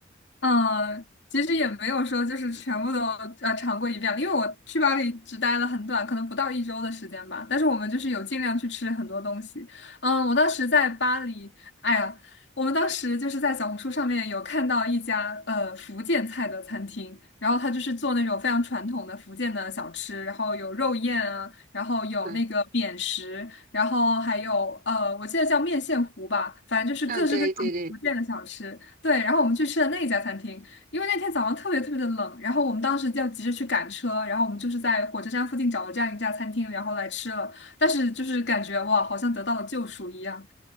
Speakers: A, on the left (about 65°); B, on the right (about 50°).
A: 嗯，其实也没有说就是全部都呃尝过一遍了，因为我去巴黎只待了很短，可能不到一周的时间吧。但是我们就是有尽量去吃很多东西。嗯，我当时在巴黎，哎呀，我们当时就是在小红书上面有看到一家呃福建菜的餐厅，然后他就是做那种非常传统的福建的小吃，然后有肉燕啊，然后有那个扁食，
B: 嗯
A: 然后还有呃我记得叫面线糊吧，反正就是各式各样福建的小吃。
B: 嗯，对对对，
A: 对，然后我们去吃了那一家餐厅，因为那天早上特别特别的冷，然后我们当时要急着去赶车，然后我们就是在火车站附近找了这样一家餐厅，然后来吃了，但是就是感觉哇，好像得到了救赎一样，